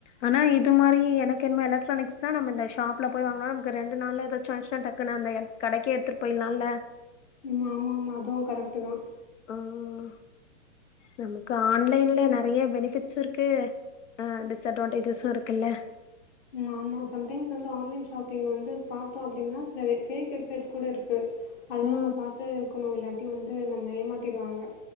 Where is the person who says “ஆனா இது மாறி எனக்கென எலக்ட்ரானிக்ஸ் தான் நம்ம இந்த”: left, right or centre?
Left